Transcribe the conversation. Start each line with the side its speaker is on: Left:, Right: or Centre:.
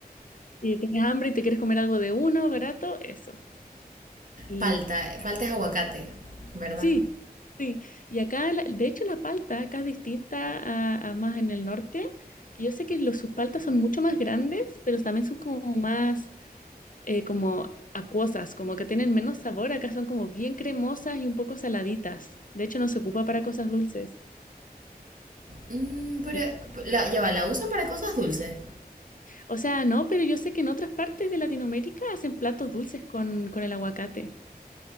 Left: y tienes hambre y te quieres comer algo de uno, barato, eso. Y
Right: Palta, palta es aguacate, ¿verdad?
Left: sí, sí. Y acá, la- de hecho, la palta acá es distinta a, a más en el norte, que yo sé que los, sus paltas son mucho más grandes, pero también son como más eh, como acuosas, como que tienen menos sabor. Acá son como bien cremosas y un poco saladitas. De hecho, no se ocupa para cosas dulces.
Right: Mm, pero
Left: Y-
Right: la, ya va, ¿la usan para cosas dulces?
Left: o sea, no, pero yo sé que en otras partes de Latinoamérica hacen platos dulces con, con el aguacate.